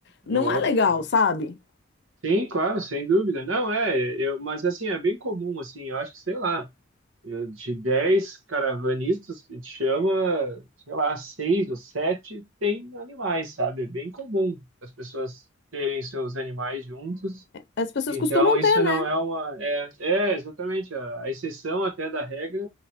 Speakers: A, on the left; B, on the right.
A: Não
B: é óbvio,
A: é legal,
B: óbvio.
A: sabe?
B: Sim, claro, sem dúvida. Não, é, eu, mas assim, é bem comum, assim, eu acho que, sei lá, eu- de 10 caravanistas que te chama, sei lá, seis ou sete tem animais, sabe? É bem comum as pessoas terem seus animais juntos
A: As pessoas
B: Então,
A: costumam
B: isso
A: ter,
B: não
A: né?
B: é uma. É, é exatamente. A, a exceção até da regra